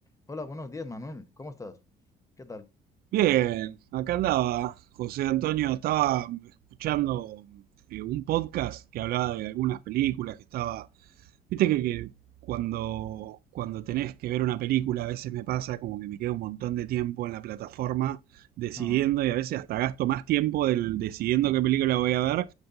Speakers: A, on the left (about 20°); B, on the right (about 65°).
A: Hola, buenos días, Manuel. ¿Cómo estás? ¿Qué tal?
B: Bien, acá andaba José Antonio, estaba escuchando eh, un podcast que hablaba de algunas películas que estaba, viste que, que cuando, cuando tenés que ver una película a veces me pasa como que me queda un montón de tiempo en la plataforma decidiendo
A: Ajá,
B: y a veces hasta gasto más tiempo del decidiendo qué película voy a ver